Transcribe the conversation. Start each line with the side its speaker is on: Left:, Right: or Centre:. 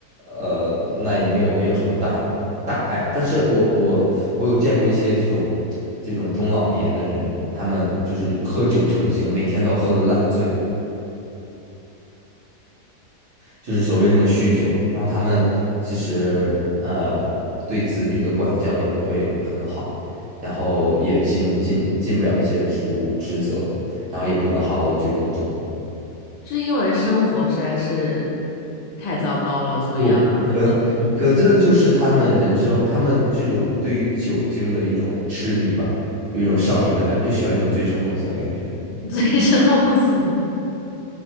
Right: 呃，那也没有没有什么大大碍。但是我我我有见过一些这种这种中老年的人，他们就是喝酒成性，每天都要喝的烂醉。就是所谓这种酗酒，然后他们其实呃对子女的管教也不会很好，然后也尽尽尽不了一些职务职责，然后也不能好好的去工作，
Left: 是因为生活实在是太糟糕了，所以要靠酒精逼自己
Right: 就可能可能真的就是他们人生，他们这种对于酒精的一种痴迷吧，有一种上瘾的感觉，就喜欢这种醉生梦死的感觉。
Left: <laughs> 醉生梦死。